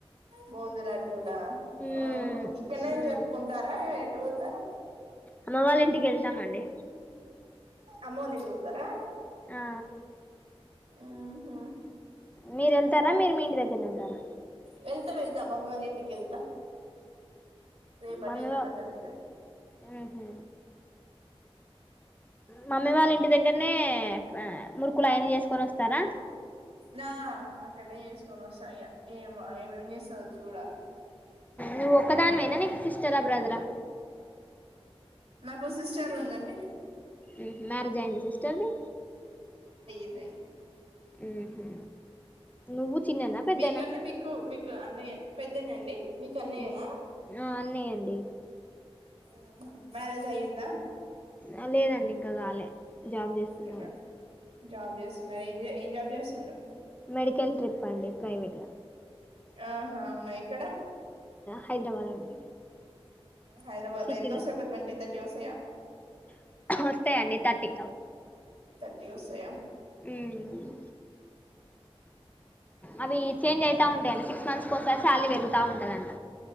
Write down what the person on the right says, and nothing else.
బోందులడ్డడులా
ఆహ ఇక్కడనే
జరుపుకుంటారా ఏ ఎటుపోతారు
అమ్మోల ఇంటికి పోతారా
హ్మ హ్మ
వెళ్తా వెళ్తా మమ్మీ వాళ్ళ ఇంటికి వెళ్తా రేపన్న
ఎల్లుండి
అన్న వెళ్తా
నా అక్కడనే చేసుకొని వస్తాఇగ ఏ ఏమేం చేస్తందో చూడాలి
నాకు సిస్టర్ ఉందండి
నైది
మీకన్నా మీకు మీకు అన్నయ్య పెద్దనే అండి మీకు అన్నయ్యనా
ఆహా మ్యారేజ్ అయిదా
ఇంకా జాబ్ చేస్తున్నారు ఏం ఏం జాబ్ చేస్తుండ
ఆహా అవున ఇప్ క్కడ
హైదరాబాద్
లో ఎంతొస్తాయి ట్వంటథర్టీ వస్తాయా
థర్టీ వస్తాయా